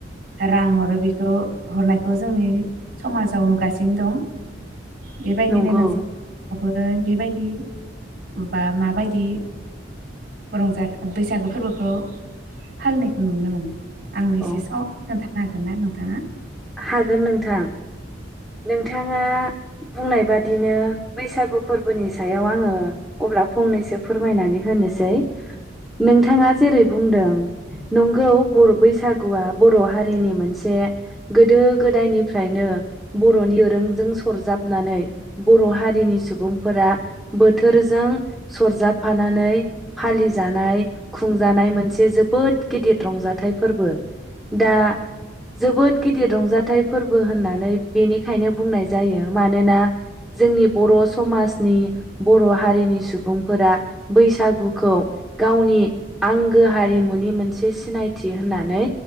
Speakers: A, on the right (about 50°); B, in the centre.
A: रां हरो बेखौ हरनायखौ जोंनि समाजाव नुगासिनो दं। बेबायदिनो
B: नंगौ
A: नोंसि नावबो बे बाय दि होमबा माबायदि रंजा बैसागो फोरबोखौ फालिनायखौ नुनो मोनो? आंनो एसे
B: अ
A: स खोन्थानो हागोन ना नों? हा
B: हागोन नोंथां नोंथाङा बुंनाय बादिनो बैसागु फोरबोनि सायाव आङो अब्ला फंनैसो फोरमायनानै होनोसै। नोंथाङा जेरै बुंदों नंगौ बर'बैसागुआ बर' हारिनि मोनसे गोदो गोदायनिफ्रायनो बर'नि ओरोंजों सरजाबनानै बर' हारिनि सुबुंफोरा बोथोरजों सरजाब फा नानै फालि जानाय खुंजानाय मोनसे जोबोद गिदिर रंजाथाइ फोरबो। दा जोबोद गिदिर रंजाथाइ फोरबो होननानै बेनिखायनो बुंनाय जायो मानोना जोंनि बर' समाजनि बर' हारिनि सुबुंफोरा बैसागुखौ गावनि आंगो हारिमुनि मोनसे सिनायथि होननानै